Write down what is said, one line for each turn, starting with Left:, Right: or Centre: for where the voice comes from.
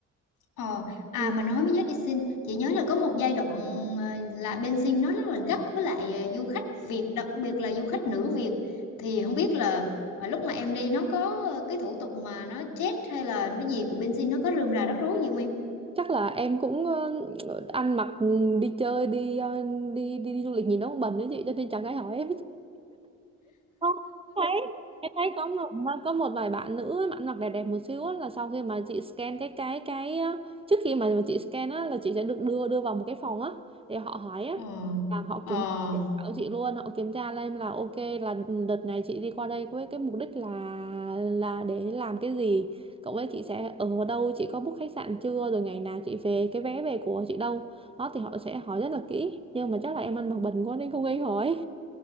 Left: Ờ, à
Right: Ừ.
Left: mà nói mới nhớ đi xin chị nhớ là có một giai đoạn ờ, là bên Sing nó rất là gắt với lại ờ, du khách Việt đặc biệt là du khách nữ Việt thì không biết là ờ, lúc mà em đi nó có ờ, cái thủ tục mà nó chết hay là nó gì của bên Sing nó có rườm rà rắc rối gì không em?
Right: chắc là em cũng ờ, ăn mặc ừ, đi chơi đi, ờ, đi đi đi du lịch nhìn nó cũng bẩn đấy chị cho nên chẳng ai hỏi em Không, thấy em thấy có một có một vài bạn nữ ấy, bạn mặc đẹp đẹp một xíu á, là sau khi mà chị scan cái cái cái ờ, trước khi mà mà chị scan á là chị sẽ được đưa đưa vào một cái phòng á để họ hỏi á
Left: Ờ.
Right: là họ
Left: Ờ.
Right: kiểm tra của chị luôn họ kiểm tra lên là ok là đợt này chị đi qua đây với cái mục đích là là để làm cái gì cộng với chị sẽ ở đâu chị có book khách sạn chưa rồi ngày nào chị về cái vé về của chị đâu đó thì họ sẽ hỏi rất là kỹ nhưng mà chắc là em ăn mặc bẩn quá nên không gây hỏi